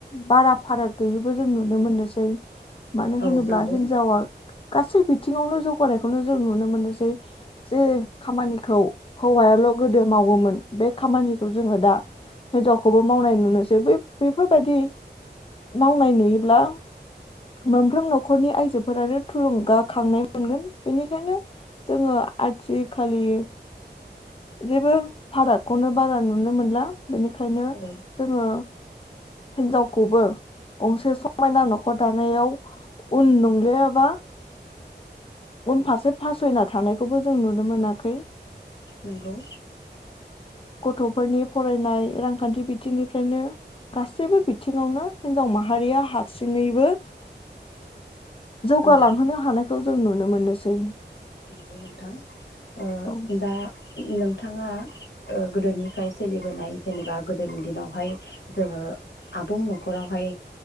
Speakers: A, on the left; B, on the left.
A: बारा फाराग गैयैबो जों नुनो मोननोसै। मानो
B: औ
A: होनोब्ला
B: नंगौ
A: हिनजावा गासै बिथिङावनो जौगानायखौनो जों नुनो मोनोसै जे खामानिखौ हौवायाल' गोदो मावोमोन बे खामानिखौ जोङो दा हिनजावखौबो मावनाय नुनोसै बे बेफोरबायदि मावनाय नुयोब्ला मोनफ्रोम नखरनि आइजोफोरानो थुलुंगाखांनाय मोनगोन बेनिखायनो जोङो आथिखालि जेबो फारागखौनो बारा नुनो मोनला। बेनिखायनो
B: औ
A: जोङो हिनजावखौबो गंसे समायना नखर दानायाव उन नंलिया एबा उनफारसे फासयना थानायखौबो जों नुनो मोनाखै।
B: नोंगौ।
A: गथ'फोरनि फरायनाय रांखान्थि बिथिंनिफ्रायनो गासैबो बिथिङावनो हिनजाव माहारिया हारसिङैबो जौगालांहोनो
B: औ
A: हानाय खौ जों नुनो मोननोसै।
B: नोंगौ नोंथां ओ
A: औ
B: दा नोंथाङा गोदोनिफ्राय ओ सोलिबोनाय जेनेबा गोदोनि दिनावहाय जोङो आबुं न'खरावहाय